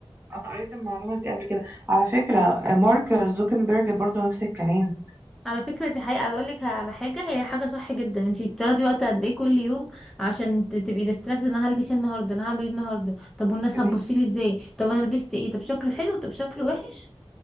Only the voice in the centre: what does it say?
على فكرة دي حقيقة اقول لك على حاجة هي حاجة صح جدا انتي بتاخدي وقت قد ايه كل يوم عشان ت- تبقي ديستراكت انا هلبس ايه النهاردة انا هعمل ايه النهاردة طب والناس
هتبصيلي
ازاي طب انا لبست ايه طب شكله حلو طب شكله وحش